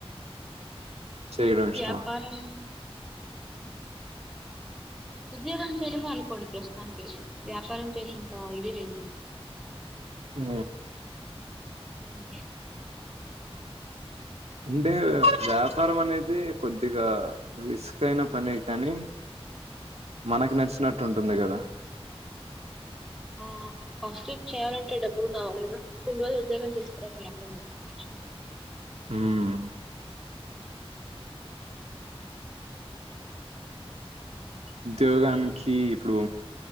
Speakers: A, on the right; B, in the centre.
A: చేయడం ఇష్టమా
B: వ్యాపారం ఉద్యోగం చేయడమే అనుకోండి ప్రస్తుతానికైతే, వ్యాపారం చేసేంత ఇది లేదు నాకి.
A: ఊ
B: ఉమ్
A: అంటే వ్యాపారం అనేది కొద్దిగా రిస్క్ అయిన పనే కానీ మనకి నచ్చినట్టుంటుంది కదా
B: ఆ ఫస్ట్ చేయాలంటే డబ్బులు కావాలిగా, కొన్ని రోజులు ఉద్యోగం చేసుకరా తర వ్యాపారం పెట్టుకోవచ్చు.
A: ఉమ్ ఉద్యోగానికి ఇప్పుడు